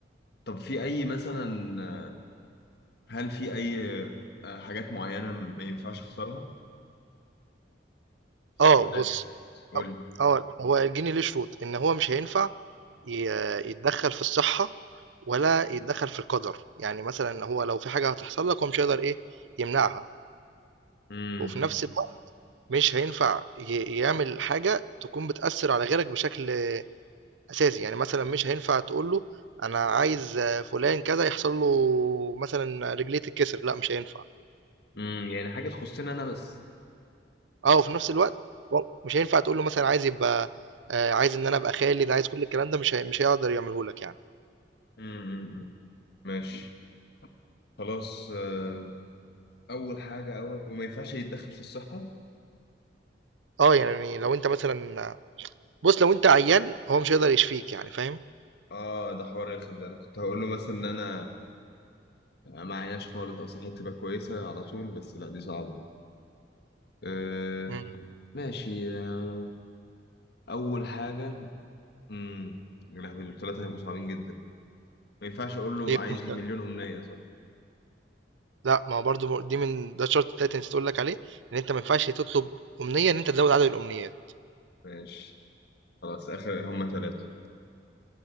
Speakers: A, on the left (about 60°); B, on the right (about 80°).
A: طب في اي مثلا آه، هل في اي آه، حاجات معينة ما ينفعش اخسرها
B: اه
A: ولا
B: بص
A: قول
B: أو-
A: لي
B: اه هو الجني ليه شروط ان هو مش هينفع ي- يتدخل في الصحه ولا يتدخل في القدر يعني مثلا هو لو في حاجه هتحصل لك هو مش هيقدر ايه يمنعها
A: امم
B: وفي نفس مش هينفع ي يعمل حاجة تكون بتأثّر على غيرك بشكل أساسي، يعني مثلًا مش هينفع تقول له أنا عايز فلان كذا يحصل له مثلًا رجليه تتكسر، لأ مش هينفع.
A: امم يعني حاجة تخصني انا بس
B: آه، وفي نفس الوقت و مش هينفع تقول له مثلًا عايز يبقى آآ، عايز إن أنا أبقى خالد، عايز كل الكلام ده مش هي مش هيقدر يعمله لك يعني.
A: امم أمم، أمم. ماشي خلاص آه، اول حاجة اول وما ينفعش يتدخل في الصحة
B: آه، يعني لو أنت مثلًا بُص، لو أنت عيان هو مش هيقدر يشفيك يعني فاهم؟
A: اه ده حوار رخم ده انا كنت هقول له مثلا ان انا ما عيناش خالص او صحتي تبقى كويسة على طول بس لا دي صعبة أه
B: إمم،
A: ماشي أه أول حاجة امم يا لهوي دول ثلاثة هيبقوا صعبين جدا ما ينفعش أقول له
B: إيه
A: عايز
B: المشكلة؟
A: مليون أمنية صح؟
B: لأ، ما هو برضه م دي من ده الشرط التالت اللي نسيت أقول لك عليه، إن أنت ما ينفعش تطلب أمنية إن أنت تزوّد عدد الأمنيات.
A: ماشي خلاص آخر هما ثلاثة